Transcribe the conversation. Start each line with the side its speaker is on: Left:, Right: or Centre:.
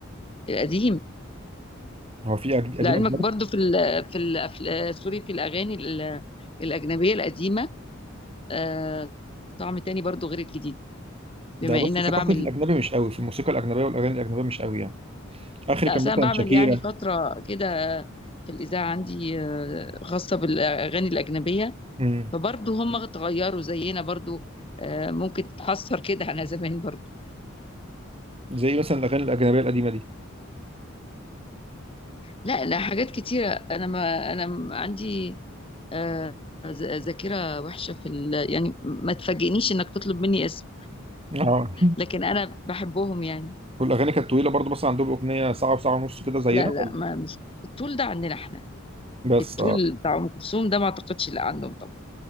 Left: القديم
Right: هو في أج- قديم
Left: لعلمك
Right: اجنبي
Left: برضو في ال في الأفلام سوري في الأغاني ال- الأجنبية القديمة آه، طعم تاني برضو غير الجديد
Right: ده
Left: بما
Right: بص
Left: إن أنا
Right: ثقافتي
Left: بعمل
Right: في الاجنبي مش قوي في الموسيقى الاجنبيه والاغاني الاجنبيه مش قوي يعني اخري
Left: لا
Right: كان
Left: أصل
Right: مثلا
Left: أنا بعمل
Right: شاكيرا
Left: يعني فترة كده في الإذاعة عندي آه، خاصة بالأغاني الأجنبية
Right: امم
Left: فبرضو هم اتغيروا زينا برضو آه، ممكن تتحسر كده على زمان برضو
Right: زي مثلا الاغاني الاجنبيه القديمه دي
Left: لا لا حاجات كتيرة أنا ما أنا م- عندي آه، ذ- ذاكرة وحشة في ال... يعني ما تفاجئنيش إنك تطلب مني اسم
Right: اه <laughs>
Left: لكن أنا بحبهم يعني
Right: والاغاني كانت طويله برضه مثلا عندهم اغنيه ساعه وساعه ونص كده زينا
Left: لا لا ما مش الطول ده عندنا احنا
Right: بس
Left: الطول
Right: اه
Left: بتاع ام كلثوم ده ما اعتقدش لا عندهم طبعا